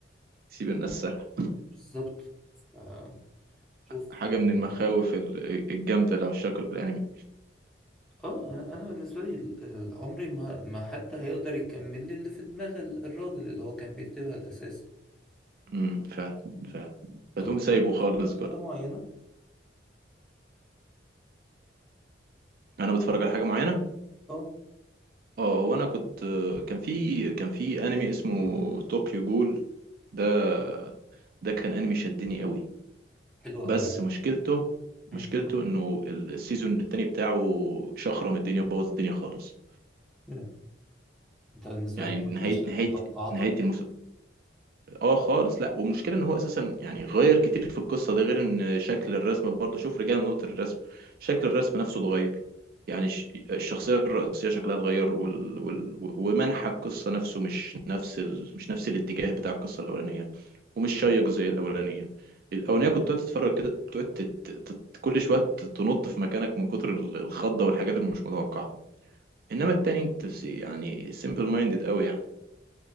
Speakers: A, on the right; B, in the centre.
A: سيب الناس سرح
B: بالظبط ف- شوف
A: حاجة من المخاوف
B: لا.
A: ال- الجامدة اللي عشاق الأنمي
B: اه انا بالنسبه لي ال- ال- عمري ما ما حد هيقدر يكمل لي اللي في دماغ ال- الراجل اللي هو كان بيكتبها الاساسي
A: امم فعلا فعلا
B: انت
A: فتقوم
B: بتحب
A: سايبه
B: تتفرج
A: خالص
B: على
A: بقى
B: حاجه معينه
A: أنا بتفرج على حاجة معينة
B: اه
A: اه وأنا كنت كان في كان في أنمي اسمه طوكيو جول ده ده كان أنمي شدني قوي
B: حلو قوي
A: بس
B: يا
A: مشكلته
B: عم
A: مشكلته إنه ال- السيزون التاني بتاعه شخرم الدنيا بوظ الدنيا خالص
B: مم. انت بالنسبة
A: يعني
B: لك
A: نهاية
B: ما كانش قد
A: نهاية
B: توقعاتك
A: نهاية الموسم اه خالص لا والمشكله ان هو اساسا يعني غير كتير في القصه ده غير ان شكل الرسم برضه شوف رجعنا لنقطه الرسم شكل الرسم نفسه اتغير يعني ش- الشخصيه الرئيسيه شكلها اتغير وال... وال... ومنحى القصه نفسه مش نفس ال... مش نفس الاتجاه بتاع القصه الاولانيه ومش شيق زي الاولانيه الاولانيه
B: مم.
A: كنت تقعد تتفرج كده تقعد تت... تت... كل شويه تنط في مكانك من كتر ال- الخضه والحاجات اللي مش متوقعه انما التاني انت س- يعني سيمبل مايندد قوي يعني